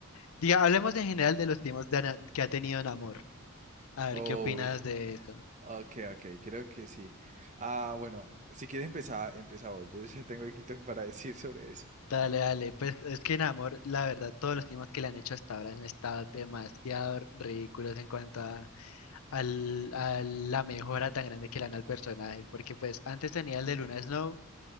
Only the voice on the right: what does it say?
Oh,
es-
ok, ok, creo que sí. Ah, bueno, si quieres empezar, empezá vos. Yo ya tengo aquí to- para <laughs> decir sobre eso.